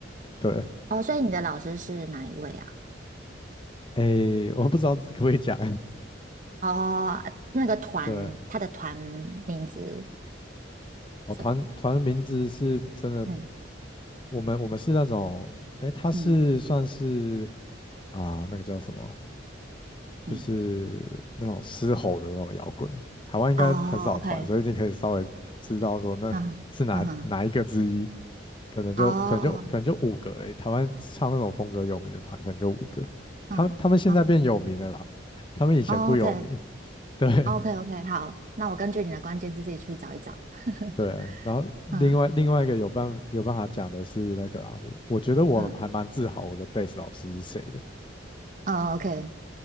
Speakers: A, on the left; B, on the right.
A: 对，
B: 哦，所以你的老师是哪一位啊？
A: 诶，我不知道可不可以讲，
B: 哦，那个团，
A: <laughs> 对。
B: 他的团名字，
A: 哦，
B: 这个，
A: 团团名字是真的
B: 嗯
A: 我们我们是那种，哎，他是算是
B: 嗯
A: 啊、那个叫什么，就是那种嘶吼的那种摇滚。
B: 嗯，
A: 台湾应该很少团，
B: 哦，OK，
A: 所以你可以稍微知道说那是哪哪一个之一，
B: 嗯哼嗯哼，
A: 可能就可能就可能就五个哎、
B: 哦，
A: 台湾唱那种风格有名的团，可能就五个。
B: 嗯。
A: 他们他们现在变有名了啦，
B: 嗯
A: 他们以前不有名。
B: o k
A: <laughs> 对
B: OK OK，好，那我根据你的关键字自己去找一找。<laughs>
A: 对，然后另外另外一个有办有办法讲的是那个啦，
B: 嗯
A: 我我觉得我还蛮自豪我的贝斯老师是谁的。
B: 嗯，哦 OK，